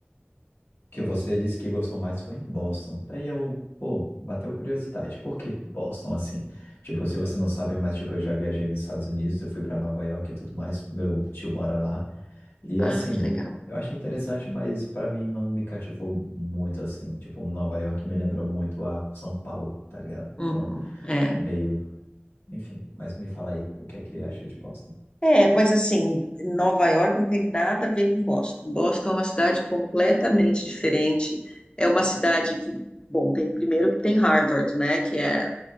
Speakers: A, on the left; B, on the left.
A: que você disse que gostou mais foi em Boston. Daí eu, pô, bateu curiosidade. Por que Boston assim? Tipo, se você não sabe, mas tipo, eu já viajei nos Estados Unidos, eu fui para Nova York e tudo mais. Meu tio mora lá. E
B: Ah,
A: assim,
B: que legal.
A: eu achei interessante, mas para mim não me cativou muito assim. Tipo, Nova York me lembrou muito a São Paulo, tá ligado?
B: Uhum.
A: Então,
B: É.
A: meio, enfim, mas me fala aí o que é que achou de Boston,
B: É, mas assim, Nova York não tem nada a ver com Boston. Boston é uma cidade completamente diferente. É uma cidade que, bom, tem primeiro que tem Harvard, né, que é